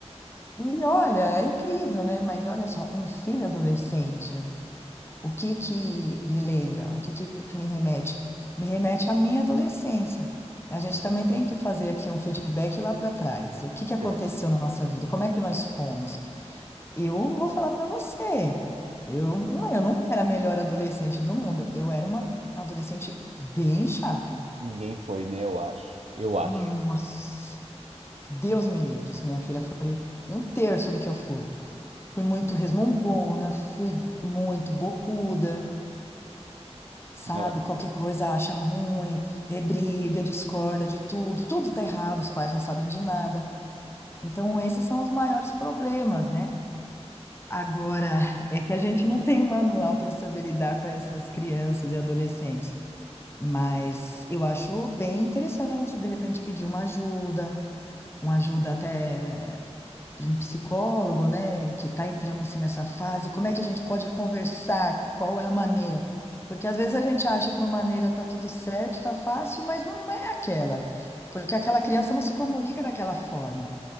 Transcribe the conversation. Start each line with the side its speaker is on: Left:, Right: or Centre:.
Left: E olha, é incrível, né? Mas olha só, um filho adolescente, né? o que que me lembra? O que que me remete? Me remete à minha adolescência. A
Right: Sim,
Left: gente também tem que fazer aqui um feedback lá para trás. O que que aconteceu
Right: certo.
Left: na nossa vida? Como é que nós fomos? Eu vou falar para você. Eu, não- eu não era a melhor adolescente do mundo. Eu era uma adolescente bem chata.
Right: Ninguém foi, né? Eu acho. Eu acho.
Left: Nossa. Deus me livre, se minha filha foi um terço do que eu fui. Fui muito resmungona, fui muito bocuda, sabe?
Right: É.
Left: Qualquer coisa acha ruim, é briga, discorda de tudo, tudo tá errado, os pais não sabem de nada. Então, esses são os maiores problemas, né? Agora, <laughs> é que a gente não tem um manual para saber lidar com essas crianças e adolescentes, mas eu acho bem interessante, de repente, pedir uma ajuda, uma ajuda até. eh, de um psicólogo, né, que está entrando assim nessa fase, como é que a gente pode conversar? Qual é a maneira? Porque às vezes a gente acha que uma maneira tá tudo certo, tá fácil, mas não é aquela, porque aquela criança não se comunica daquela forma.